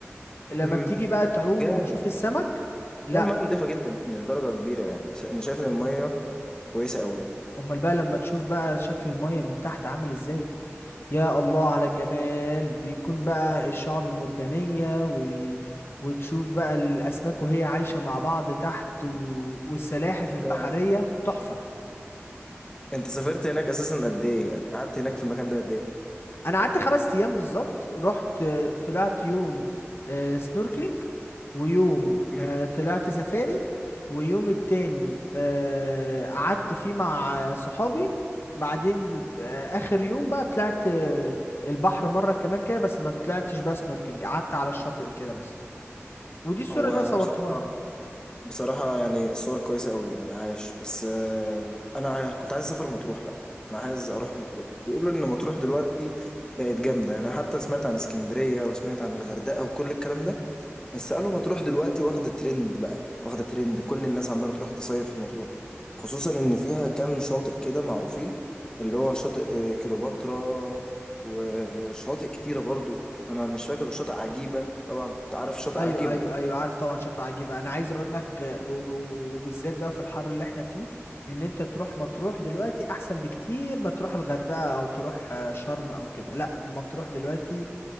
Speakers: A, on the left; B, on the left.
A: لما
B: امم
A: بتيجي بقى تعوم
B: جامد
A: وتشوف السمك لا
B: ده المياه نظيفة جدا يعني لدرجة كبيرة يعني بس أنا شايف إن المياه كويسة قوي
A: امال بقى لما تشوف بقى شكل المية من تحت عامل ازاي يا الله على الجمال بيكون بقى الشعب المرجانية و... وتشوف بقى الاسماك وهي عايشة مع بعض تحت و... والسلاحف البحرية
B: آه،
A: تحفة
B: أنت سافرت هناك أساسا قد إيه يعني قعدت هناك في المكان ده قد إيه؟
A: انا قعدت خمس ايام بالظبط رحت آه، طلعت يوم آه، سنوركلينج ويوم
B: امم
A: آه، طلعت سفاري ويوم التاني آه، قعدت فيه مع آه، صحابي بعدين آه، اخر يوم بقى طلعت آه، البحر مرة كمان كده بس ما طلعتش بقى سنوركلينج قعدت على الشاطئ كده بس ودي الصورة
B: هو
A: اللي انا صورتها
B: بصراحة
A: لك
B: بصراحة يعني الصور كويسة قوي يعني عايش بس آه، أنا عاي- كنت عايز أسافر مطروح بقى أنا عايز أروح مطروح بيقولوا إن مطروح دلوقتي بقت جامدة أنا حتى سمعت عن اسكندرية وسمعت عن الغردقة وكل الكلام ده بس قالوا مطروح دلوقتي واخدة ترند بقى واخدة ترند كل الناس عمالة تروح تصيف في مطروح خصوصا إن فيها كام شاطئ كده معروفين اللي هو شاطئ آه، كليوباترا وشواطئ كتيرة برضو أنا مش فاكر وشاطئ عجيبة طبعا أنت عارف شاطئ
A: ايوه
B: عجيبة
A: ايوه ايوه عارف طبعا شاطئ عجيبه انا عايز اقول لك آه، وب- وبالذات بقى في الحر اللي احنا فيه ان انت تروح مطروح دلوقتي احسن بكتير ما تروح الغردقه او تروح آه، شرم او كده لا مطروح دلوقتي